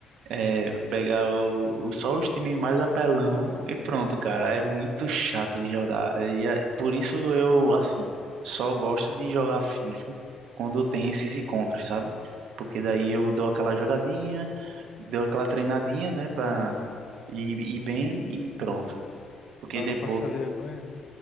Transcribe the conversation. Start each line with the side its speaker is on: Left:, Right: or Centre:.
Right: é, pega o, o- só os times mais apelão e pronto, cara. É muito chato de jogar. E é, por isso eu, assim, só gosto de jogar FIFA quando tem esses encontros, sabe? Porque daí eu dou aquela jogadinha, dou aquela treinadinha, né, pra
Left: ah,
Right: ir, ir bem e pronto. Porque
Left: pra
Right: depois,
Left: não passar vergonha, né?